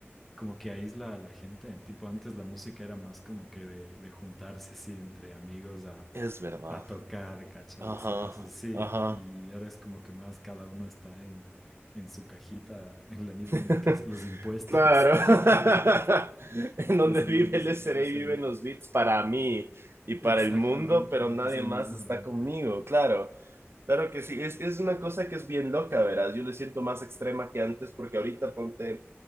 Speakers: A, in the centre; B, on the right.
A: como que aísla a la gente. Tipo, antes la música era más como que de, de juntarse así entre amigos a,
B: es verdad.
A: a tocar, cachas,
B: Ajá,
A: a hacer cosas así.
B: ajá.
A: Y ahora es como que más cada uno está en, en su cajita, en la misma
B: <laughs>
A: en la que hace los impuestos.
B: Claro. <laughs>
A: <laughs> Está,
B: En
A: está
B: donde
A: haciendo
B: vive
A: música
B: el SRA
A: ahí solito.
B: viven los beats para mí y para
A: Exactamente,
B: el mundo, pero nadie
A: es el
B: más
A: mismo
B: está
A: lugar.
B: conmigo, claro. Claro que sí, es, es una cosa que es bien loca, verás. Yo le siento más extrema que antes porque ahorita ponte